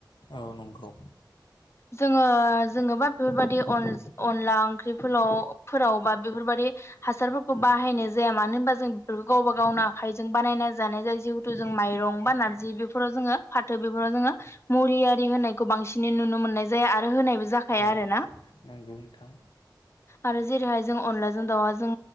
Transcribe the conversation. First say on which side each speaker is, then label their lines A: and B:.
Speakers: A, on the left; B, on the left.
A: औ नंगौ
B: जोङो जोङबा बेफोरबदि अनल-अनला ओंख्रिफोरलाव फोराव बा बेफोरबाददि हासारफोरखौ बाहायनाय जाया मानो होन जों बेफोरखौ गावबा गावनो आखाइजों बानायना जानाय जाय जिहेथु जों माइरं बा नारजि बेफोराव जोङो फाथो बेफोराव जोङो मुरि आरि होनायखौ बां बांसिनै नुनो मोननाय जाया आरो होनायबो जाखाया
A: औ
B: आरोना
A: नंगौ नोंथां
B: आरो जेरैहाय जों अनलाजों दाउआ जों